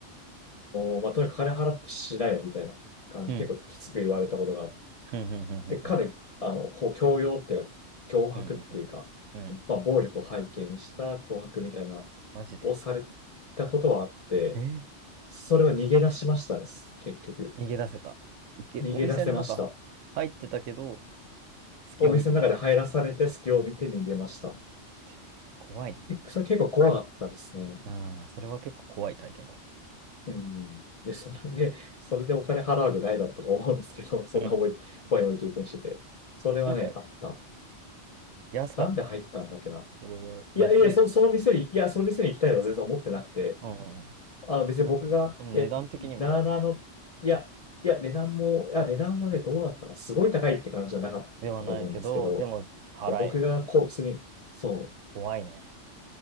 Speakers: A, on the left; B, on the right.
A: の、まあ、とにかく金払ってしないよみたいな感じ、
B: うん、
A: 結構きつく言われたことがあっ
B: うん、うん、
A: て、彼、
B: うん、
A: あの、こう強要っていうか、脅迫っていうか、
B: うん、うん、うん、うんうん
A: まあ、暴力を背景にした脅迫みたいな、
B: マジで。
A: をされたことはあって、
B: えー
A: それを逃げ出しましたです、結局。
B: 逃げ出せた。いけ、
A: 逃げ出せました。
B: お店の中入ってたけど、隙を見て逃げ出
A: お店の中で入らされて、隙を見て逃げました。
B: して。怖いね。
A: えそれ結構怖かったですね。
B: うん、それは結構怖い体験だわ。
A: うん。で、それで、
B: でも
A: それでお金払うわけないだとか思うんですけど、<laughs> そんな思い、
B: うん。
A: 怖いも経験してて。それはね、
B: なんか、
A: あった。
B: 安かったの
A: なんで入ったんだっけな。
B: それは、安い。
A: いやいや、そ、その店に、いや、その店に行きたいとは全然思ってなくて、
B: うん、うんうん。
A: あの別に僕が、
B: なんていうのその値段的にも、
A: え、なあなあの、いや、いや、値段も、いや、値段もね、どうだったか、すごい高いって感じじゃなかったと思うんですけど、
B: ではないけど、でも払え、
A: いや僕がこうースに、
B: みたいな。
A: そ
B: 怖いね。